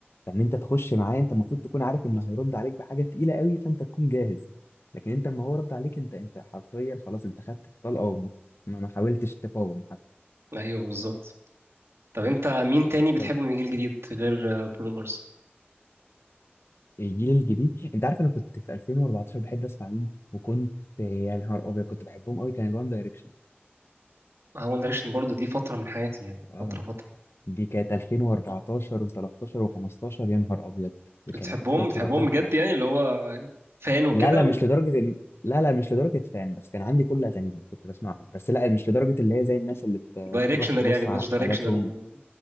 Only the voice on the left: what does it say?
فان انت تخش معاه انت المفروض تكون عارف انه هيرد عليك بحاجه تقيله قوي فانت تكون جاهز لكن انت اما هو رد عليك انت انت حرفيا خلاص انت خدت الطلقه ومت- ما ما حاولتش تقاوم حتى
طب
الجيل الجديد انت عارف انا كنت في 2014 بحب اسمع مين وكنت يا نهار ابيض كنت بحبهم قوي كان الوان دايركشن
اه
دي كانت 2014 و13 و15 يا نهار ابيض دي كانت
فتره
تحفه
لا لا مش لدرجه ان لا لا مش لدرجه فان بس كان عندي كل اغانيهم كنت بسمعهم بس لا مش لدرجه اللي هي زي الناس اللي بت-
تروح تبص
على
حفلاتهم